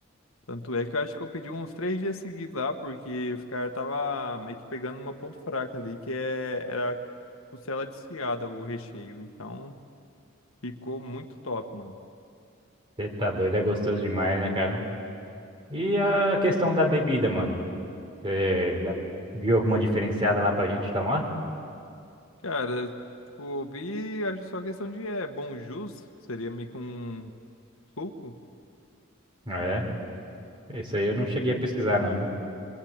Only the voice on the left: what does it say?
Tanto é que eu acho que eu pedi uns três dias seguidos lá, porque os caras tava meio que pegando uma ponto fraca ali, que é, era costela desfiada, o recheio. Então, ficou muito top, mano.
Cara, tipo, eu vi, acho que só questão de é, bom jus, seria meio que um suco.